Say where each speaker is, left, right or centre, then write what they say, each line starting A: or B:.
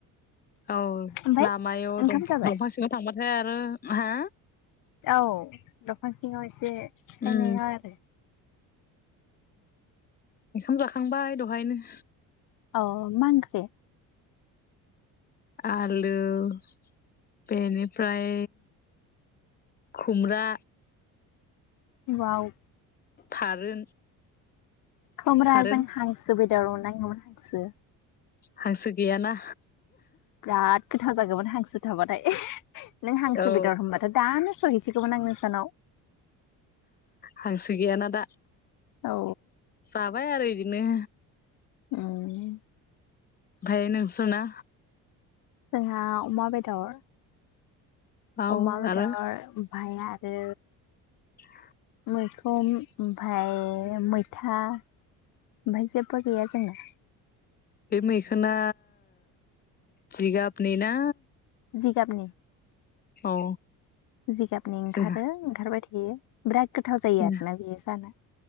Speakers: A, on the left (about 25°); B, on the left (about 65°).
A: औ
B: ओमफाय
A: लामायाव
B: ओंखाम
A: दंफां
B: जाबाय?
A: सिङाव थांबाथाय आरो हा?
B: औ दंफां सिङाव एसे सायनायाव
A: उम
B: आरो
A: ओंखाम जाखांबाय दहायनो?
B: अ मा ओंख्रि?
A: आलु बेनिफ्राय खुमब्रा
B: वाव
A: थारुन
B: खोम्राजों
A: थारुन
B: हांस सुबिदा रं नांगौमोन हाखसो।
A: हांसो गैयाना।
B: बिराद गोथाव जागौमोन हांसो थाबाथाय नों हांसो
A: औ
B: बेदर होनबथाय' दानो सहैसिगौमोन आं नोंस्रानाव।
A: हांसो गैयाना दा
B: औ
A: जाबाय आरो बिदिनो।
B: ओम।
A: ओमफाय नोंसोरना
B: जोंहा अमा बेदर।
A: औ
B: अमा बेदर
A: आरो
B: ओमफाय आरो
A: <inaudible>
B: मैखोम ओमफाय मैथा ओमफाय जेबो गैया जोंना।
A: बे मैखोना जिगाबनि ना?
B: जिगाबनि?
A: औ
B: जिगाबनि ओंखारो
A: जोंहा
B: ओंखारबाय थायो बिराद गोथाव जायो
A: जोंना
B: आरोना बेयो जानो।